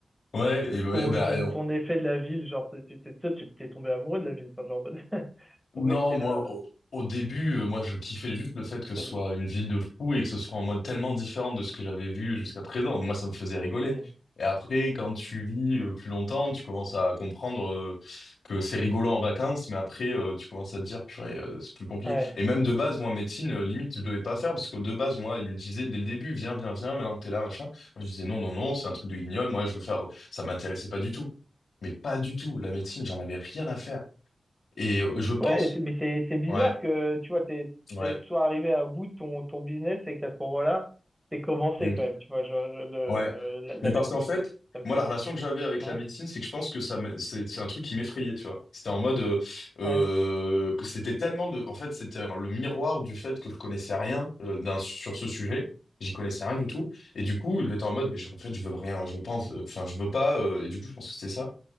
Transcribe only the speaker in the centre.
ton,
ton, ton effet de la ville? Genre, tu tu- tu- toi, tu t'es tombé amoureux de la ville, enfin, genre, <laughs> pour
rester
là.
euh,
Hmm.
Ouais.
Ouais, c'est- mais c'est c'est bizarre
que tu vois, t'es
t'es soit arrivé à bout de ton, ton business et qu'à ce moment-là, t'es commencé
quand même, tu vois, genre, le,
la, la
médecine.
Ça me
fait.
Ouais.
Ouais.